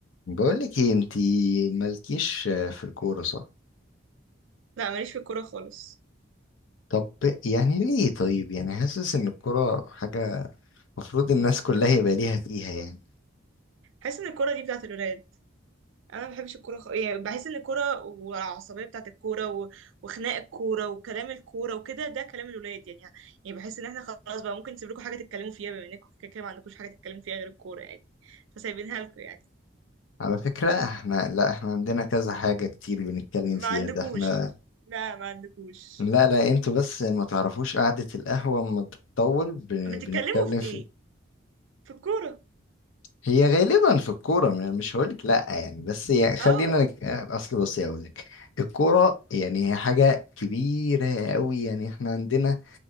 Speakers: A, on the left (about 75°); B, on the right (about 75°).
A: بقولك ايه انتي مالكيش في الكورة صح؟
B: لا ماليش في الكوره خالص
A: طب يعني ليه طيب يعني حاسس ان الكورة حاجة المفروض الناس كلها يبقى ليها فيها يعني
B: بحس ان الكوره دي بتاعت الولاد انا ما بحبش الكوره خ... يعني بحس ان الكوره والعصبيه بتاعت الكوره و... وخناق الكوره وكلام الكوره وكده ده كلام الولاد يعني يعني بحس ان احنا خلاص بقى ممكن نسيب لكم حاجه تتكلموا فيها بما انكم كده كده ما عندكوش حاجه تتكلموا فيها غير الكوره يعني فسايبينها لكم يعني
A: على فكرة احنا لا احنا عندنا كذا حاجة كتير بنتكلم فيها
B: ما عندكوش
A: ده احنا
B: لا ما عندكوش
A: لا لا انتوا بس ما تعرفوش قعدة القهوة اما بتطول بن-
B: بتتكلموا
A: بنتكلم
B: في
A: في
B: ايه في الكوره
A: هي غالبا في الكورة م- مش هقولك لا يعني بس يعني خلينا
B: اه
A: نك... اصل بصي هقولك الكورة يعني هي حاجة كبيرة قوي يعني احنا عندنا